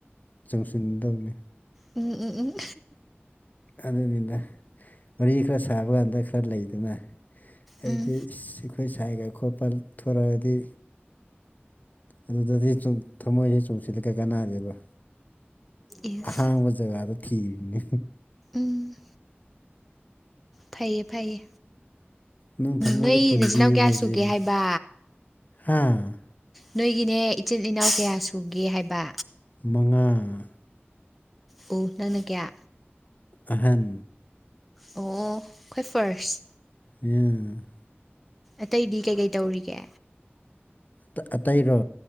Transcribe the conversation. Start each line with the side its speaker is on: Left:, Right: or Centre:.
Left: ꯆꯪꯁꯤꯟꯗꯧꯅꯤ
Centre: ꯎꯝ ꯎꯝ ꯎꯝ
Left: ꯑꯗꯨꯅꯤꯗ ꯋꯥꯔꯤ ꯈꯔ ꯁꯥꯕ ꯀꯥꯟꯗ ꯈꯔ ꯂꯩꯗꯅ ꯑꯩꯗꯤ
Centre: ꯎꯝ
Left: ꯏꯁ ꯑꯩꯈꯣꯏ ꯁꯥꯏꯒ ꯈꯣꯠꯄꯥꯜ ꯊꯣꯔꯛꯑꯗꯤ ꯑꯗꯨꯗꯗꯤ ꯁꯨꯝ ꯊꯝꯃꯣꯏꯁꯦ ꯆꯣꯡꯁꯤꯜꯂꯒ ꯀꯩ ꯀꯅꯥꯗꯣꯏꯕ
Centre: ꯏꯁ
Left: ꯑꯍꯥꯡꯕ ꯖꯒꯥꯗ ꯊꯤꯔꯤꯅꯦ
Centre: ꯎꯝ ꯐꯩꯑꯦ ꯐꯩꯌꯦ
Left: ꯅꯪ ꯊꯃꯣꯏꯗ
Centre: ꯅꯣꯏ
Left: ꯄꯨꯟꯕꯤꯈ꯭ꯔꯣꯁꯦ
Centre: ꯅꯆꯤꯟꯅꯥꯎ ꯀꯌꯥ ꯁꯨꯒꯦ ꯍꯥꯏꯕ
Left: ꯍꯥ
Centre: ꯅꯣꯏꯒꯤꯅꯦ ꯏꯆꯤꯜ ꯏꯅꯥꯎ ꯀꯌꯥ ꯁꯨꯒꯦ ꯍꯥꯏꯕ
Left: ꯃꯉꯥ
Centre: ꯑꯣ ꯅꯪꯅ ꯀꯌꯥ
Left: ꯑꯍꯟ
Centre: ꯑꯣ ꯈ꯭ꯋꯥꯏ ꯐꯥꯔꯁ
Left: ꯎꯝ
Centre: ꯑꯇꯩꯗꯤ ꯀꯩꯀꯩ ꯇꯧꯔꯤꯒꯦ
Left: ꯇ ꯑꯇꯩꯔꯣ